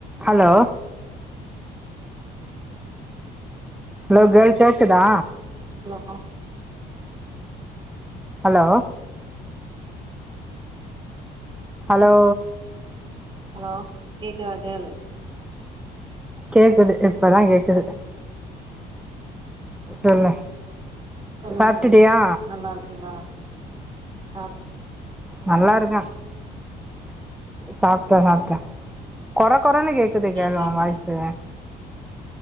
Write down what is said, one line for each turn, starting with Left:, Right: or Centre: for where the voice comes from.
Centre: Hello hello கேள் கேக்குதா
Right: hello
Centre: hello hello
Right: hello கேக்குதா கேள்
Centre: கேக்குது இப்பதா கேக்குது
Right: ஓ
Centre: சொல்லு
Right: சொல்லுங்க
Centre: சாப்ட்டுட்டியா
Right: நல்லாருக்கீங்ளா சாப்
Centre: நல்லாருக்க சாப்ட்ட சாப்ட்ட கொற கொறனு கே க்குது
Right: என்ன
Centre: கேள்
Right: சாப்பாடு
Centre: ஒ வாய்ஸ்சு